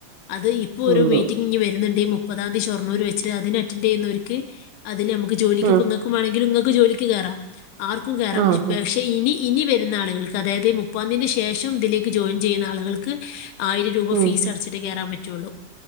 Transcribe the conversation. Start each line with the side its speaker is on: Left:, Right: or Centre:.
Left: അത് ഇപ്പോ ഒരു
Right: ഉള്ളൂ
Left: മീറ്റിങ്ങ്നി വരുന്നുണ്ട്. ഈ മു മുപ്പതാംതി ഷൊർണൂർ വച്ചിട്ട്. അതിന് അറ്റൻഡ് ചെയ്യുന്നോർക്ക് അത് നമുക്ക് ജോലിപ്പോ
Right: ആഹ്
Left: ഇങ്ങൾക്കും. വേണെങ്കി ജോലിക്ക് കയറാം. ആർക്കും കയറാം
Right: ആഹ്
Left: പക്ഷെ ഇനി ഇനി വരുന്ന ആളുകൾക്ക്. അതായത് മുപ്പാന്തിന് ശേഷം ഇതിലേക്ക് ജോയിൻ ചെയ്യുന്ന ആളുകൾക്ക്. ആയിരം രൂപ
Right: ഉം
Left: ഫീസ്
Right: ഉം.
Left: അടച്ചിട്ടേ കേയറാൻ പറ്റുള്ളൂ.